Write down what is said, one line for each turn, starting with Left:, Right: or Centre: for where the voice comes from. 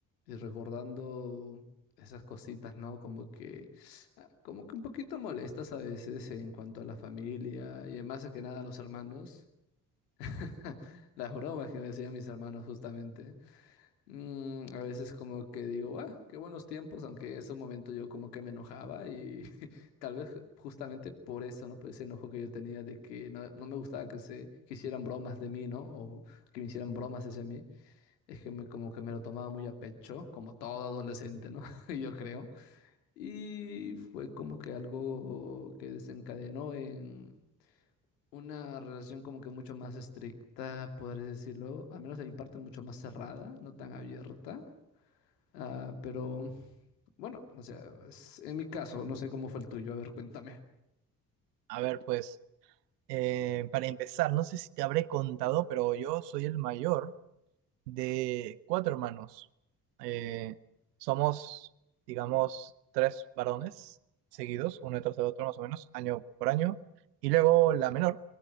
Left: Y recordando esas cositas, ¿no? Como que, ah, como que un poquito molestas a veces en cuanto a la familia y más que nada a los hermanos. <laughs> Las bromas que me hacían mis hermanos justamente. Mm, a veces como que digo, ah, qué buenos tiempos, aunque en ese momento yo como que me enojaba y <laughs> tal vez justamente por eso, ¿no? Por ese enojo que yo tenía de que no, no me gustaba que se que hicieran bromas de mí, ¿no? O que me hicieran bromas hacia mí. Es que me, como que me lo tomaba muy a pecho, como todo adolescente, ¿no? <laughs> Yo creo. Y fue como que algo que desencadenó en una relación como que mucho más estricta, podrías decirlo, al menos de mi parte mucho más cerrada, no tan abierta. Ah, pero bueno, o sea, es- en mi caso, no sé cómo fue el tuyo, a ver, cuéntame.
Right: A ver, pues, eh, para empezar, no sé si te habré contado, pero yo soy el mayor de cuatro hermanos. Eh, somos, digamos, tres varones seguidos, uno detrás de otro más o menos, año por año. Y luego la menor,